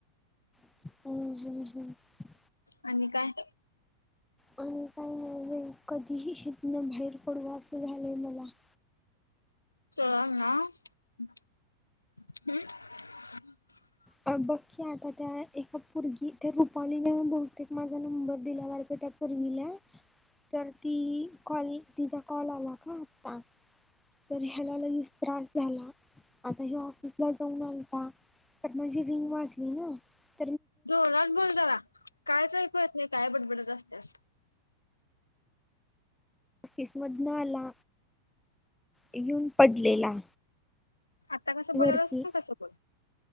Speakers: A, in the centre; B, on the left (about 80°).
A: होम -होम्म - होम्म-
B: खळ खळ आणि काय-
A: आणि काही नाही, कधीही हितन बाहेर पडू असं झालंय मलां. <inaudible>
B: तर नाखखख हम् -
A: अ बघकी आता त्या एका पोरगी त्या रुपालीला बहुतेक माझा नंबर दिल्या वाटत त्या - वील्या तर ती - कॉल तिचा कॉल आला का? आत्ता. तर ह्याला-ला हच त्रास झाला. आता हे ऑफिसला जाऊन आलता का- फोन म्हणजी रिंग वाजली नांअ -
B: जोर लावून बोल, जरा कायचं आयकु येतनाही काय? बडबडत असते -
A: ऑफिसमधन आला येऊन पडलेला.
B: आत्ता कसं बोललास
A: वरती
B: ना तसं बोल.